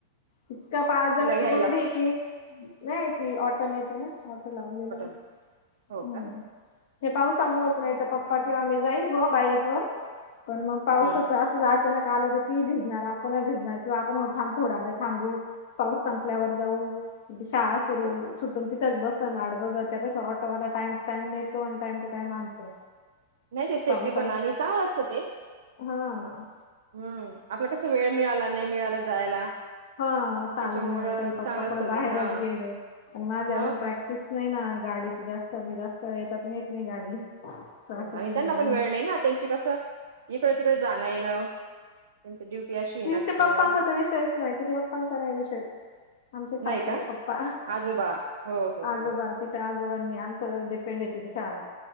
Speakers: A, on the left; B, on the right.
A: इतका पाय जमीन
B: तिला घ्यायला
A: कोरडी आहे ती नाही ती वाटन येताना. वाट लावलेलं
B: ऑटोन
A: हम्म
B: हो का
A: हे पावसामुळंच नाही तर पप्पा किंवा मी जाईल गं बाईक वर पण मग पावसाच
B: हम्म
A: असं जात. आला तर ती भिजणार आपण भिजणार किंवा आपण थोडा वेळ थांबू. पाऊस संपल्यावर जाऊ म्हणजे शाळा सुरू
B: बर
A: सुट पण तिथच बसल वाट बघत त्यापेक्षा ऑटोवाला टाइम टू टाइम नेतो आणि टाइम टू टाइम आणतो.
B: नाही ते सेफ्टी
A: पावसात
B: पण आणि चांगलं असतं ते
A: हा.
B: हम्म आपला कस वेळ मिळाला नाही मिळाला जायला.
A: हा साली
B: त्याच्यामुळ
A: मुळ कधी पप्पा
B: चांगलं
A: कुठं
B: असत
A: बाहेरच
B: ते हा
A: गेले आणि माझे
B: मग
A: अजून प्रॅक्ट स नाही ना गाडीची जास्त मी जास्त येच्यात नेहत नाहीे ना गाडी ट्राफिक
B: हो आणि
A: मध्ये
B: त्यांना
A: अजून
B: पण वेळ नाही ना त्यांची कसं इकड तिकडे जाणं येण त्यांची ड्युटी अशी आहे
A: तिच्या
B: ना त्याच्यामुळे
A: पप्पांचा तर विषयच नाही तिच्या पप्पांचा नाही विषय आमचे सासरे
B: नाही का?
A: पप्पा
B: आजोबा हो हो
A: आजोबा
B: बरोबर.
A: तिचे त्या आजोबांनी आमच्यावर डिपेन्ड आहे तिची शाळा